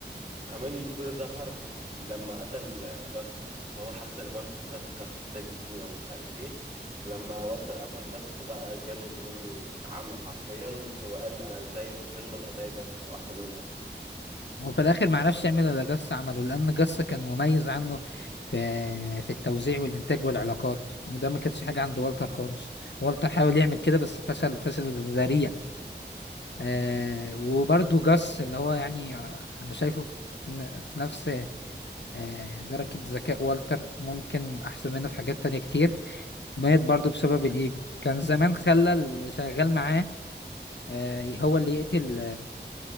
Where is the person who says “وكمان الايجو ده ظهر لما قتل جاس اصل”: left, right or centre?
Right